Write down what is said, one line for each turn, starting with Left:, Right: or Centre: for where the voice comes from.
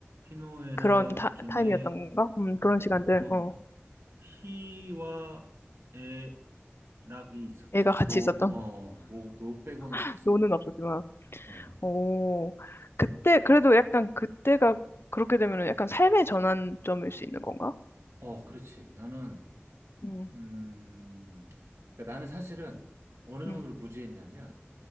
Right: 희노애락
Left: 그런 타,
Right: 중에,
Left: 타임이었던 건가? 음, 그런 시간들.
Right: 어,
Left: 어,
Right: 희와 애락이 있었지.
Left: 애가 같이
Right: 노,
Left: 있었던.
Right: 어, 어. 노, 노 빼고는
Left: <laughs>
Right: 다 있었던
Left: 노는
Right: 거야.
Left: 없었지만.
Right: 어,
Left: 오, 그때 그래도 약간 그때가 그렇게 되면은 약간 삶의 전환점일 수 있는 건가?
Right: 어, 그렇지. 나는,
Left: 음,
Right: 음, 그러니까 나는 사실은 어느 정도로
Left: 음,
Right: 무지했냐면,